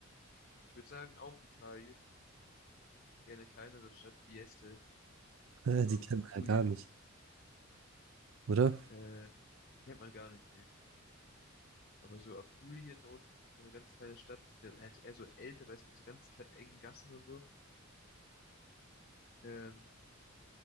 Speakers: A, on the left; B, on the right.
A: ich würde sagen, auch Italien. Eher eine kleinere Stadt, wie Este,
B: Äh,
A: so
B: die kennt
A: Apulien.
B: man ja gar nicht, oder?
A: Äh, kennt man gar nicht, nee. Aber so Apulien unten, so eine ganz kleine Stadt, das ist halt eher so älter, weißt du, mit so ganz kle- engen Gassen und so. Ähm,